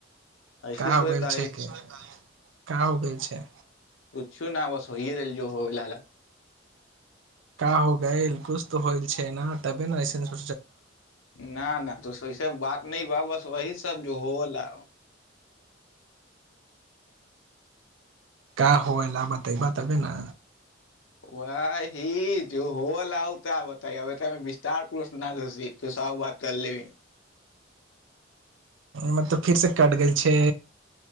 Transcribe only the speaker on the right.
क हो
गेल
छै की क हो गेल छै
का हो गा किुश तऽ होइल छै ने तबे नेइसेन्स
क हो ल बतै ब तबे ने
मत तब फेरसँ कटि गेल छै